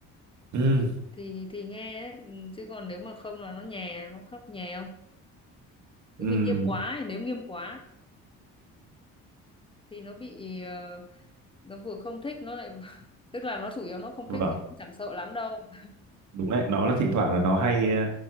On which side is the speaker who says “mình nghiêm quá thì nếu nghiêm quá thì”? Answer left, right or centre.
Left